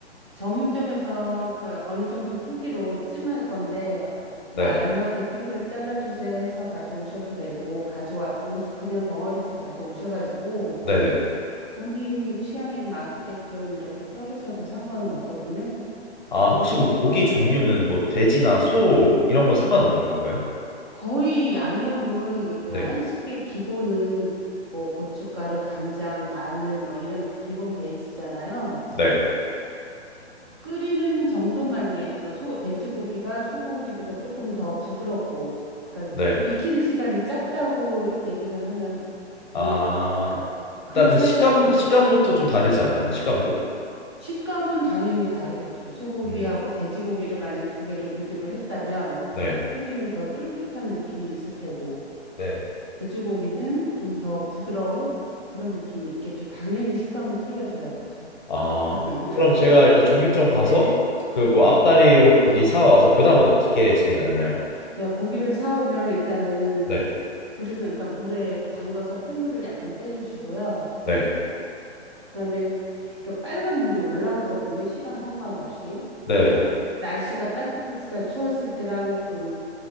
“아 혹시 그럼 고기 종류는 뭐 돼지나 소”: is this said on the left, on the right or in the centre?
Left